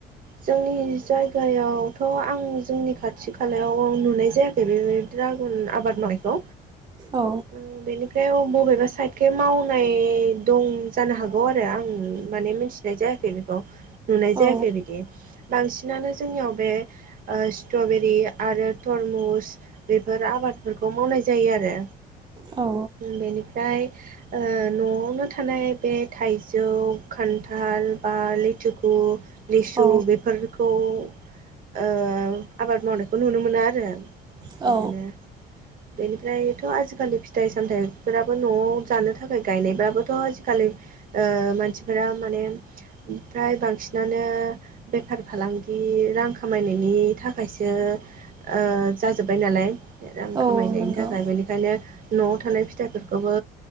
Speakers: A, on the right; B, on the right.
A: जोंनि जायगायावथ' आं जोंनि खाथि खालायाव नुनाय जायाखै। बे- बेबायदि द्रागन आबाद मावनाय खौ?
B: औ
A: उम बेनिफ्राय बबेबा साइडखै माव नाय दं जानो हागौ आरो आं माने मिथिनाय जायाखै बेखौ नुनाय जायाखै
B: औ
A: बिदि। बांसिनानो जोंनियाव बे ओ स्ट्रबेरि आरो तरमुस बेफोर आबादफोरखौ मावनाय जायो आरो।
B: औ
A: बेनिफ्राय ओ न'आवनो थानाय बे थाइजौ, खान्थाल बा लेथुखु खु, लिसु
B: औ
A: बेफोरखौ ओ आबाद मावनायखौ नुनो मोनो आरो
B: औ
A: बिदिनो
B: औ
A: बेनिफ्रायथ' आजिखालि फिथाइ सामथाइ फोराबो न'आव जानो थाखाय गायनायबाबोथ' आजिखालि ओ मानसिफोरा माने ओमफ्राय बा बांसिनानो बेफार फालांगि रां खामायनायनि थाखायसो ओ जाजोब्बाय नालाय रां खामायनायनि
B: औ नंगौ
A: थाखाय बेनिखायनो न'आव थानाय फिथाइफोरखौबो